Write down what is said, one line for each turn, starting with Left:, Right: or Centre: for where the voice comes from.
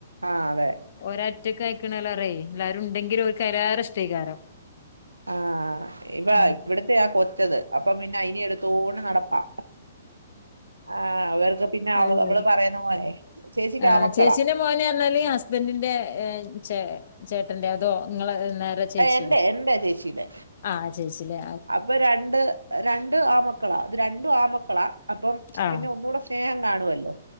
Right: ആഹ് അതെ
Left: ഒരൊറ്റക്കയിക്ക്ണേലേറെ എല്ലാരുണ്ടെങ്കിൽ ഓൽക്ക് അയിലേറെ ഇഷ്ടേക്കാരം
Right: ആ ഇവ
Left: ഉം
Right: ഇവിടത്തെ ആ കൊച്ചത് അപ്പം പിന്നെ അയിനിം എടുത്തോണ്ട് നടപ്പാ ആ അവർക്ക് പിന്നെ
Left: അത്
Right: അവള്
Left: ശരി.
Right: അവള് പറയുന്ന പോലെ ചേച്ചിക്കാമക്കള
Left: ആഹ് ചേച്ചീന്റെ മോന് പർഞ്ഞാല് ഹസ്ബന്റിന്റെ ചേ ചേട്ടന്റെ അതോ ഇങ്ങളെ നേര ചേച്ചിയോ
Right: എന്റെ എന്റെ ചേച്ചീടെ
Left: ആ ചേച്ചി ല്ലേ
Right: അപ്പൊ രണ്ട് രണ്ട് ആൺ മക്കളാ ഇത് രണ്ടും ആൺ മക്കളാ അപ്പം
Left: ആഹ്
Right: പിന്നെ ഒന്നൂടെ സ്നേഹം കാണുവല്ലോ